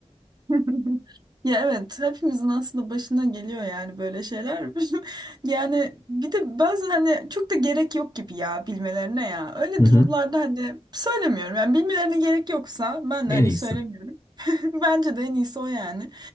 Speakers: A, on the right; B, on the left.
A: <laughs> Ya evet hepimizin aslında başına geliyor yani böyle şeyler. <laughs> Yani bir de bazen hani çok da gerek yok gibi ya bilmelerine ya. Öyle
B: Hı
A: durumlarda
B: hı.
A: hani söylemiyorum. Yani bilmelerine gerek yoksa ben
B: En
A: de hani
B: iyisi.
A: söylemiyorum. <laughs> Bence de en iyisi o yani.